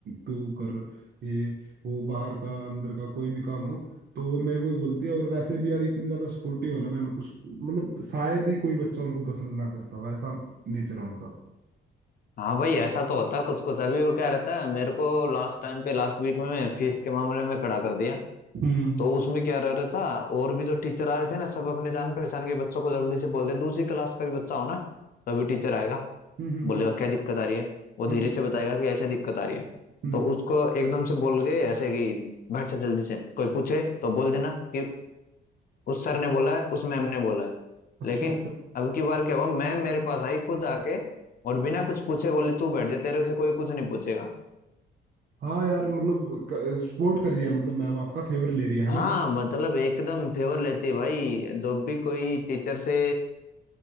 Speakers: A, on the right (about 55°); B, on the left (about 45°).
A: तू कर ये वो बाहर का अंदर का कोई भी काम हो तो वो मेरे को ही बोलती है और वैसे भी यार इतनी ज्यादा सपोर्टिव है ना मैम उस मतलब शायद ही कोई बच्चा उनको पसंद ना करता हो ऐसा नेचर है उनका
B: हाँ भाई ऐसा तो होता है कुछ कुछ अभी वो क्या रहता है मेरे को लास्ट टाइम पे लास्ट वीक में फीस के मामले में खड़ा कर दिया
A: हम्म
B: तो उसमें क्या रह रहा था और भी जो टीचर आ रहे थे ना सब अपने जान पहचान के बच्चों को जल्दी से बोल दे दूसरी क्लास का भी बच्चा हो ना तभी टीचर आएगा
A: हम्म हम्म
B: बोलेगा
A: हम्म
B: क्या दिक्कत आ रही है वो धीरे
A: हम्म,
B: से बताएगा कि ऐसे दिक्कत आ रही है
A: हम्म।
B: तो उसको एकदम से बोल के ऐसे कि बैठ जा जल्दी से कोई पूछे तो बोल देना कि उस सर ने बोला है उस मैम ने बोला है
A: अच्छा
B: लेकिन
A: अच्छा
B: अब की बार क्या हुआ मैम मेरे पास आई खुद आके और बिना कुछ पूछे बोली तू बैठ जा तेरे से कोई कुछ नहीं पूछेगा
A: हाँ यार मतलब सपोर्ट कर रही है मतलब मैम आपका फेवर ले रही है है
B: हाँ
A: ना
B: मतलब एकदम फेवर लेती है भाई जो भी कोई टीचर से